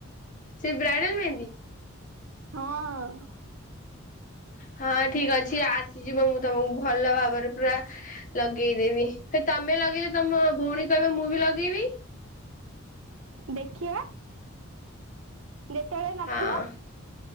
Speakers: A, on the left (about 35°); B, on the right (about 70°).
A: ସେ ବ୍ରାଇଡଲ ମେହେନ୍ଦି।
B: ହଁ।
A: ହଁ ଠିକ ଅଛି ଆସିଯିବ ମୁଁ ତମକୁ ଭଲ ଭାବରେ ପୁରା ଲଗେଇଦେବି। ହେ ତମେ ଲଗେଇଲେ ତମ ଭଉଣୀ କହିବ ମୁଁ ବି ଲଗେଇବି।
B: ଦେଖିବା ଯେତେବେଳେ ନଥିବ
A: ହଁ।